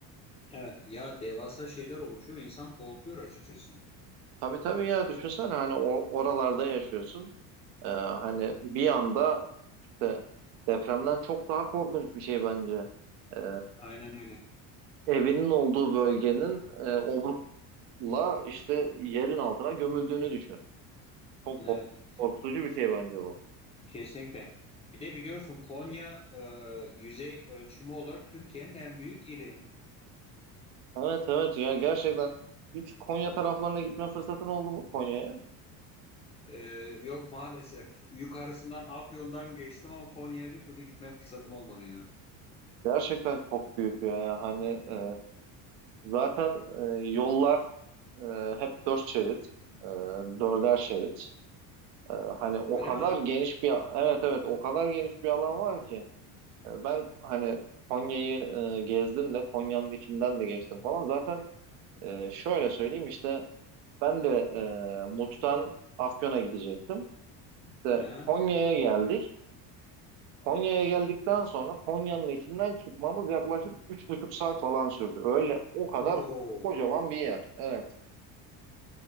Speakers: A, on the left; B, on the right.
A: Evet ya devasa şeyler oluşuyor. İnsan korkuyor açıkçası.
B: Tabii tabii ya düşünsene hani o- oralarda yaşıyorsun. E, hani bir anda işte depremden çok daha korkunç bir şey bence. E,
A: Aynen öyle.
B: evinin olduğu bölgenin e, obrukla işte yerin altına gömüldüğünü düşün. Çok
A: Evet
B: kork- korkutucu bir şey bence bu.
A: kesinlikle. Bir de biliyorsun Konya e, yüzey ölçümü olarak Türkiye'nin en büyük ili.
B: Evet evet ya gerçekten hiç Konya taraflarına gitme fırsatın oldu mu Konya'ya?
A: E, yok maalesef. Yukarısından Afyon'dan geçtim ama Konya'ya bir türlü gitme fırsatım olmadı ya.
B: Gerçekten çok büyük ya. Hani e, zaten e, yollar e, hep dört şerit, e, dörder şerit. E, hani o
A: Öyle
B: kadar
A: mi?
B: geniş bir, evet evet o kadar geniş bir alan var ki. E, ben hani Konya'yı e, gezdim de Konya'nın içinden de geçtim falan. Zaten e, şöyle söyleyeyim işte ben de e, Muş'tan Afyon'a gidecektim. İşte
A: Aha.
B: Konya'ya geldik. Konya'ya geldikten sonra Konya'nın içinden çıkmamız yaklaşık üç buçuk saat falan sürdü. Öyle o kadar
A: Oho.
B: kocaman bir yer. Evet.